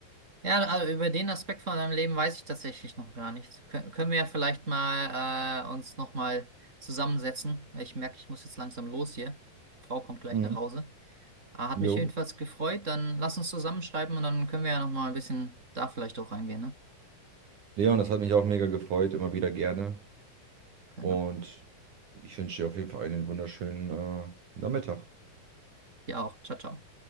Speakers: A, on the right; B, on the right.
A: Ja, also über den Aspekt von deinem Leben weiß ich tatsächlich noch gar nichts. Kö- können wir ja vielleicht mal äh, uns nochmal zusammensetzen. Ich merke, ich muss jetzt langsam los hier. Frau kommt gleich
B: mhm.
A: nach Hause. Äh, hat mich
B: Jo.
A: jedenfalls gefreut. Dann lass uns zusammenschreiben und dann können wir ja nochmal ein bisschen da vielleicht auch reingehen, ne?
B: Leon, das hat mich auch mega gefreut, immer wieder gerne.
A: Genau.
B: Und Ich wünsche dir auf jeden Fall einen wunderschönen äh, Nachmittag.
A: Ja auch. Ciao, ciao.